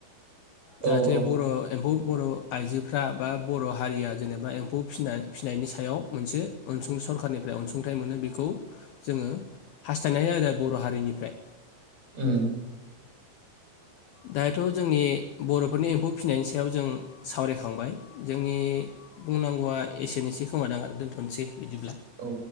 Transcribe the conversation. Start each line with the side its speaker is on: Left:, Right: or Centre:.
Left: जाहाथे
Right: औ औ
Left: बर एम्फौ बर' आइजोफ्रा बा बर' हारिया जेनेबा एम्फौ फिनाय फिनायनि सायाव मोनसे अनसुं सरखारनिफ्राय अनसुंथाइ मोनो बेखौ जोङो हास्थायनो हायो आरो बर' हारिनिफ्राय
Right: उम।
Left: दायोाथ' जोंनि बर'फोरनि एम्फौ फिसिनायनि सायाव जों सावरायखांबाय जोंनि बुंनांगौआ एसेनो एसै खोमादां आरो दोन्थनोसै बिदिब्ला
Right: औ